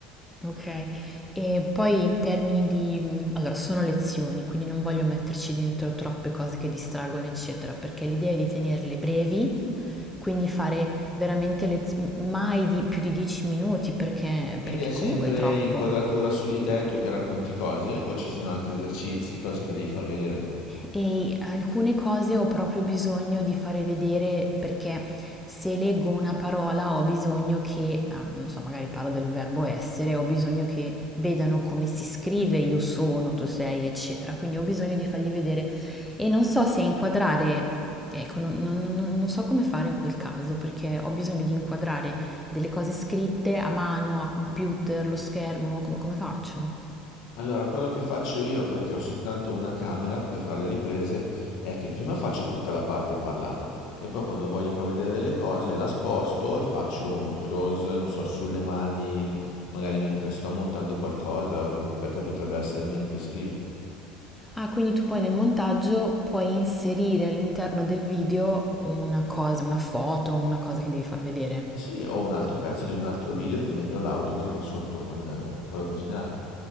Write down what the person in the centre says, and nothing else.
Okay. E poi in termini di mhmm, allora sono lezioni, quindi non voglio metterci dentro troppe cose che distraggono, eccetera, perché l'idea è di tenerle brevi, quindi fare veramente lez mhmm, mai di più di 10 minuti perché
perché
comunque è troppo.
E alcune cose ho proprio bisogno di fare vedere perché se leggo una parola ho bisogno che, ah, non so, magari parlo del verbo essere, ho bisogno che vedano come si scrive io sono, tu sei, eccetera. Quindi ho bisogno di fargli vedere e non so se inquadrare, ecco, non, non- non- non so come fare in quel caso perché ho bisogno di inquadrare delle cose scritte a mano, a computer, lo schermo, come come faccio?
Ah, quindi tu poi nel montaggio puoi inserire all'interno del video una cosa, una foto, una cosa che devi far vedere.